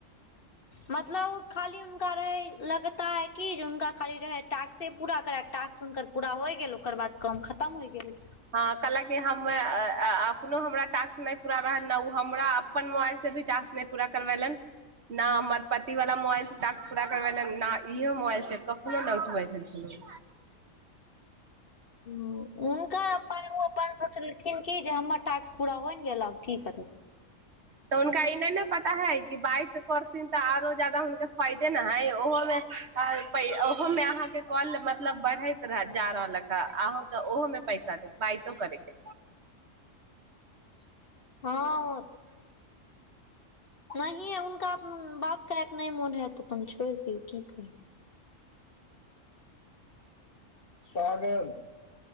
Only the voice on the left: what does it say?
मतलब खाली उनका रह लगता है की जे हुनका खाली रह टाक्से पूरा टाक्स हुनकर पूरा होय गेल ओकर बाद काम खतम होइ गेल
ओ हुनकर अपन ओ अपन सोचलखिन कि जे हमर टास्क पूरा होइ नऽ गेलै आब की करू
हँ नहिये उनका बात करैके नहि मोन हेतै त अपन छोड़ दिय की करबै कहाँ गेल